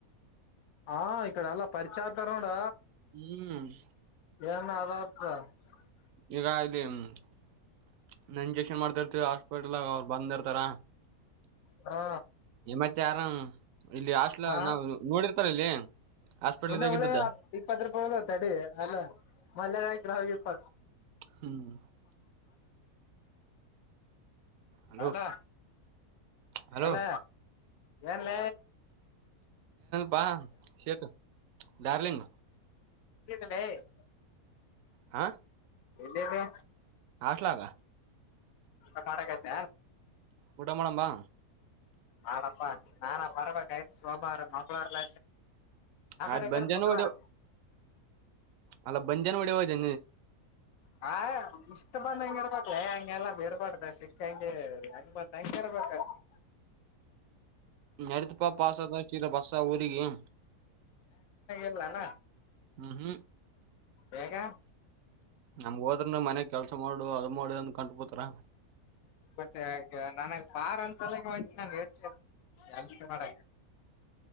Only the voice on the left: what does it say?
ಹಾ ಇಕಡೆ ಎಲ್ಲ ಪರಿಚಾ ಆತರ ನೋಡ.
ಅದ
ಹಾ
ಹಾ
ಇನ್ನ
ಉಳೆ
ಇಕ್ ಪತ್್ರ ಪಳದ ತಡಿ ಅಲ್ಲ ಮಲ್ಲಗಾಯತ್್ರ ಹಪ್ಪ
ಅದಾ
ಅಲ್ಲ ಏನ್ಲ್ಲ
<unintelligible>
ಎಲ್ಲಿದೆ
ಎ ಮಾಡಕೈತ
ನಾಳಪ್ಪಾ ನಾಾನ ಬರಬೇಕ ಆಯ್ತ್ು ಸೋಮಾರ ಮಂಗ್ವಾರಲ ಅಕ್ಕಡೆಕಡೆ
ಬುಧವಾರ
ಹ ಇಷ್ಟ್ ಬಂದಂಗ ಇರ್ಬಲ ಹಂಗೆಲ್ಲ ಬಿರ್ಬಾರಡ್ದ ಸಿಕ್ಕಂಗೆ ಹೆಂಗ ಬ ಹಂಗ ಇರ್ಬ <unintelligible>
ಲ್ಲ
ಹೇಗ
ಮತ್ತೆ ನನ ಪಾರ್ ಅಂತಲಕ್ಕೆಂಟ ನಾನ ಮಾಡ